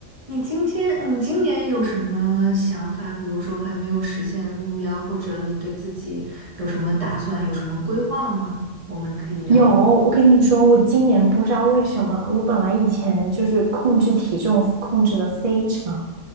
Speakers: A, on the right; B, on the right.
A: 你今天，你今年有什么想法？比如说还没有实现的目标，或者你对自己有什么打算，有什么规划吗？我们可以聊聊。
B: 有，我跟你说，我今年不知道为什么，我本来以前就是控制体重控制的非常